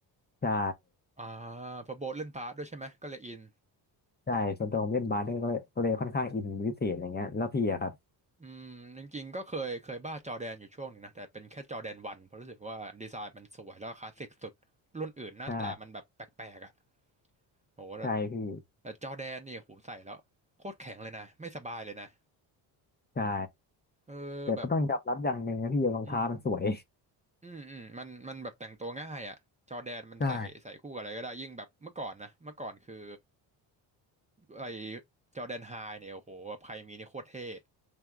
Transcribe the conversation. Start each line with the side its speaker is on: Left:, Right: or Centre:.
Left: ใช่
Right: อ่าเพอโบ๊ทเล่นบาสด้วยใช่ไหมก็เลยอิน
Left: ใช่ส่วนตัวผมเล่นบาสเนี่ยก็เลยก็เลยค่อนข้างอินเป็นพิเศษอะไรเงี้ยแล้วพี่อะครับ
Right: อืมจริงๆก็เคยเคยบ้าจอแดนอยู่ช่วงหนึ่งนะแต่เป็นแค่จอแดนวันเพราะรู้สึกว่าดีไซน์มันสวยแล้วก็คลาสสิกสุดรุ่นอื่นหน้าตามันแบบแปลกๆอ่ะ
Left: ใช่
Right: โหแต่
Left: ใช่พี่
Right: แต่จอแดนนี่โหใส่แล้วโคตรแข็งเลยนะไม่สบายเลยนะ
Left: ใช่
Right: เออแบบ
Left: แต่ก็ต้องยอมรับอย่างหนึ่งนะพี่รองเท้ามันสวย
Right: อืมอืมอืมมันมันแบบแต่งตัวง่ายอ่ะจอแดนมันใส่ใส่คู่กับอะไรก็ได้ยิ่งแบบเมื่อก่อนนะเมื่อก่อนคือ
Left: ใช่
Right: ไอจอแดนไฮเนี่ยโอ้โหแบบใครมีนี่โคตรเท่